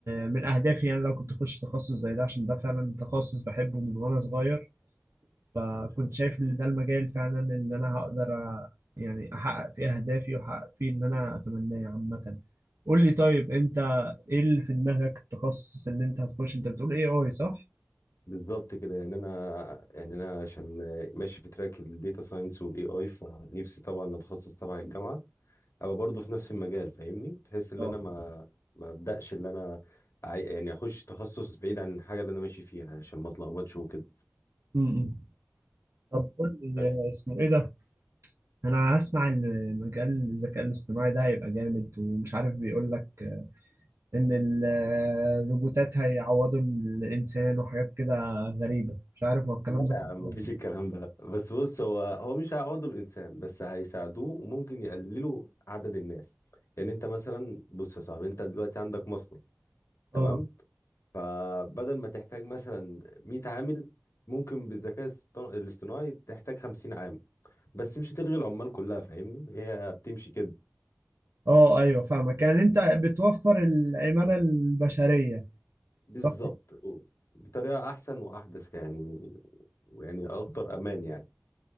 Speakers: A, on the right; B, on the left.
A: من اهدافي يعني لو كنت اخش تخصص زي ده عشان ده فعلا تخصص بحبه من وانا صغير فكنت
B: ما شاء الله.
A: شايف ان ده المجال فعلا اللي انا هقدر أ- يعني احقق فيه اهدافي واحقق فيه اللي انا اتمناه عامة قول لي طيب انت ايه اللي في دماغك التخصص اللي انت هتخش انت بتقول ايه اي صح؟
B: بالظبط كده يعني انا يعني انا عشان آه، ماشي في تراك الداتا ساينس والاي اي فنفسي طبعا اتخصص تبع الجامعه ابقى برضه في نفس المجال فاهمني بحيث ان
A: اه
B: انا ما ما ابداش ان انا أع- يعني اخش تخصص بعيد عن الحاجه اللي انا ماشي فيها عشان ما اتلخبطش وكده
A: امم طب قول لي
B: بس
A: آه، اسمه ايه ده؟ انا هسمع ان مجال الذكاء الاصطناعي ده هيبقى جامد ومش عارف بيقول لك ان ال- الروبوتات هيعوضوا الانسان وحاجات كده غريبة مش عارف هو الكلام
B: لا
A: ده صح
B: يا عم
A: ولا
B: مفيش
A: لا.
B: الكلام ده بس بص هو هو مش هيعوضوا الانسان بس هيساعدوه وممكن يقللوا عدد الناس يعني انت مثلا بص يا صاحبي انت دلوقتي عندك مصنع تمام
A: اه
B: فبدل ما تحتاج مثلا 100 عامل ممكن بالذكاء الصط- الاصطناعي تحتاج 50 عامل بس مش هتلغي العمال كلها فاهمني هي بتمشي كده
A: اه ايوه فاهمك يعني انت بتوفر العمالة البشرية
B: بالظبط
A: صح
B: بطريقة أحسن وأحدث يعني يعني أكتر أمان يعني